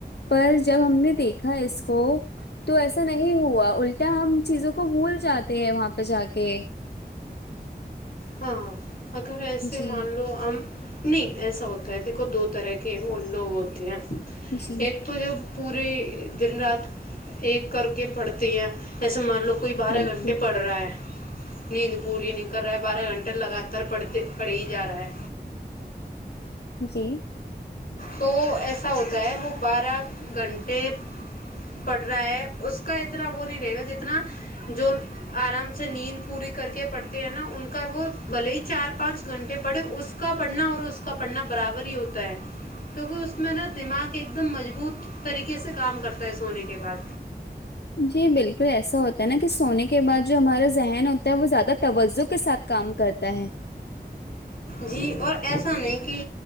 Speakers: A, on the left (about 75°); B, on the left (about 50°).
A: پر جب ہم نے دیکھا اس کو تو ایسا نہیں ہوا الٹا ہم چیزوں کو بھول جاتا تےہیں وہاں پہ جا کے
B: ہاں اگر ایسے
A: جی
B: مان لو ہم نہیں ایسا ہوتا ہے دیکھو دو طرح کے وہ لوگ ہوتے ہیں
A: جی
B: ایک تو جب پورے دن رات ایک کر کے پڑھتی ہیں ایسے مان لو کوئی بارہ
A: بالکل
B: گھنٹے پڑ رہا ہے نیند پوری نہیں کر رہا ہے بارہ گھنٹے لگاتار پڑھتے پڑھے ہی جا رہا ہے
A: جی
B: تو ایسا ہوتا ہے وہ بارہ گھنٹے پڑھ رہا ہے اس کا اتنا وہ نہیں رہے گا جتنا جو آرام سے نیند پوری کر کے پڑتے ہیں نا ان کا وہ بھلے ہی چار پانچ گھنٹے پڑے اس اس کا پڑھنا اور اس کا پڑھنا برابر ہی ہوتا ہے کیونکہ اس میں نا دماغ ایک دم مضبوط طریقے سے کام کرتا ہے سونے کے بعد
A: جی بالکل ایسا ہوتا ہے نا کہ سونے کے بعد جو ہمارا ذہن ہوتا ہے وہ زیادہ توجہ کے ساتھ کام کرتا ہے
B: جی اور ایسا نہیں کہ